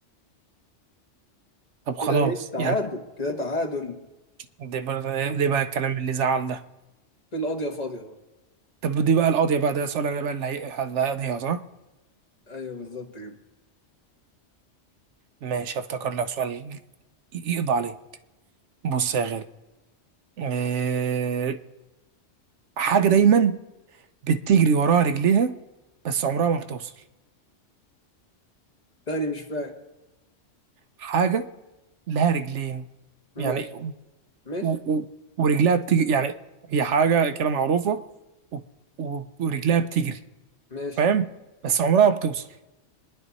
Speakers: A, on the right; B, on the left.
A: طب خلاص
B: كده ايه تعادل
A: يعني
B: كده تعادل
A: ده بقى ده بقى الكلام اللي زعل ده
B: في القاضية فاضية بقى
A: طب دي بقى القاضيه بقى ده سؤال انا بقى اللي هي- اللي هيقضيها صح
B: ايوه بالظبط كده
A: ماشي افتكر لك سؤال ي- يقضى عليه بص يا غالي آه، حاجة دايما بتجري وراها رجليها بس عمرها ما بتوصل
B: تاني مش فاهم
A: حاجة لها رجلين
B: ماشي
A: يعني و...
B: ماشي
A: و... ورجلها بتجري يعني هي حاجة كده معروفة و... و... ورجلها بتجري
B: ماشي
A: فاهم بس عمرها ما بتوصل